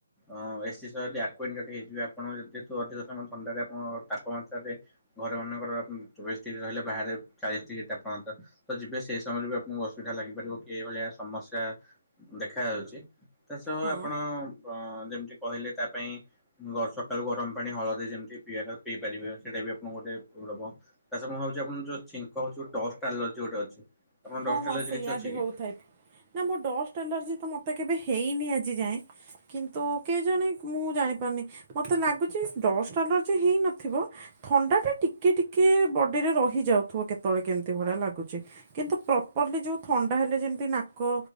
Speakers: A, in the centre; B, on the right (about 25°).
A: ଅ ଏ ସିି ସହ ବ୍ୟକ୍ କୁଏଣ୍ଟ ହେଇଯିବେ। ଆ ଆପଣ ଯେତିକି ଥିବ ଅଧିକ ସମୟ ଥଣ୍ଡାରେ ଆପଣ ତାପମାତ୍ରାରେ ଘର ମାନଙ୍କର <unintelligible> ରହିଲେ ବାହାରେ ଚାଳିଶି ଡିଗ୍ରୀ ତାପମାତ୍ରା ତ ଯିବେ ସେଇ ସମୟରେ ବି ଆପଣଙ୍କୁ ଅସୁବିଧା ଲାଗିପାରିବ କିଭଳିଆ ସମସ୍ୟା ଦେଖା ଯାଉଛି ତା ସହ
B: ହଁ
A: ଆପଣ ପ ଯେମିତି କହିଲେ ତା ପାଇଁ ଗ ସକାଳୁ ଗରମ ପାଣି ହଳଦୀ ଯେମିତି ପିଇବା କଥା ପିଇ ପାରିବେ ସେଇଟା ବି ଆପଣଙ୍କୁ ଗୋଟେ ପୂର୍ ଦବ। ତାସ ମୁଁ ଭାବଛି ଆପଣଙ୍କୁ ଯୋଉ ଛିଙ୍କ ହଉଛି ଡଷ୍ଟ ଆଲାର୍ଜି ଗୋଟେ ଅଛି। ଆପଣଙ୍କ
B: ହଁ
A: ଡଷ୍ଟ
B: ହଁ
A: ଆଲର୍ଜି
B: ସେଇଆ
A: କିଛି ଅଛି
B: ବି
A: କି?
B: ହଉଥାଏ। ନା ମୋ ଡଷ୍ଟ ଆଲର୍ଜି ତ ମୋତେ କେବେ ହେଇନି ଆଜି ଯାଏଁ। କିନ୍ତୁ କେଜାଣି ମୁଁ ଜାଣିପାରୁନି ମତେ ଲାଗୁଛି ଡଷ୍ଟ ଆଲାର୍ଜି ହେଇନଥିବ। ଥଣ୍ଡାଟା ଟିକେ ଟିକେ ବଡିରେ ରହିଯାଉଥିବ କେତେବେଳେ କେମିତି ଭଳିଆ ଲାଗୁଛି କିନ୍ତୁ ପ୍ରପର୍ଲି ଯେଉଁ ଥଣ୍ଡା ହେଲେ ଯେମିତି ନାକ